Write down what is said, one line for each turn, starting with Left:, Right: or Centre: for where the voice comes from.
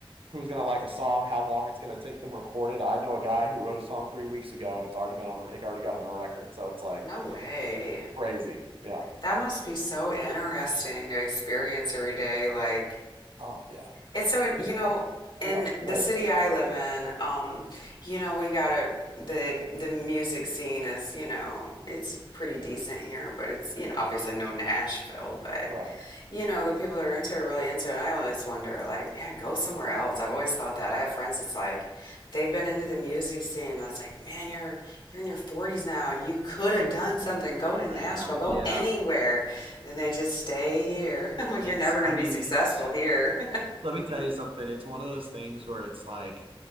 Right: who's going to like a song, how long it's going to take them recorded. I know a guy who wrote a song three weeks ago, and it's already been on, a, it already got on a record, so it's like
Left: No way.
Right: crazy, yeah.
Left: That must be so interesting to experience every day. Like,
Right: Oh yeah.
Left: it's so, in,
Right: It's,
Left: you know, in
Right: yeah,
Left: the
Right: good.
Left: city I live in, um, you know, we got a the the music scene is, you know, it's pretty decent here, but it's, you know, obviously no Nashville, but
Right: Right.
Left: you know, the people that are into it are really into it. And I always wonder, like, man, go somewhere else. I've always thought that. I have friends that's like, they've been into the music scene. And it's like, man, you're you're in your 40s now, and you could have done something. Go to Nashville,
Right: I know.
Left: go
Right: Yeah.
Left: anywhere, and they just stay here. <laughs> I'm like,
Right: It's,
Left: you're never going
Right: I
Left: to
Right: mean,
Left: be successful
Right: it's,
Left: here. <laughs>
Right: let me tell you something. It's one of those things where it's like,